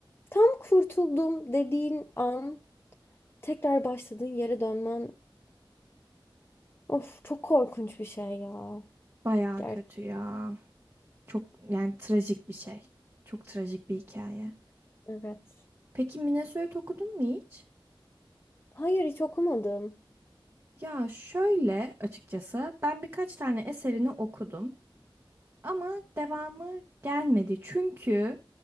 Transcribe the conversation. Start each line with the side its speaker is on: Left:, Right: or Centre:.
Left: tam kurtuldum dediğin an tekrar başladığın yere dönmen of çok korkunç bir şey ya.
Right: Bayağı
Left: Gerçekten.
Right: kötü ya. Çok yani trajik bir şey. Çok trajik bir hikaye.
Left: Evet.
Right: Peki Minnesota okudun mu hiç?
Left: Hayır hiç okumadım.
Right: Ya şöyle açıkçası ben birkaç tane eserini okudum ama devamı gelmedi. Çünkü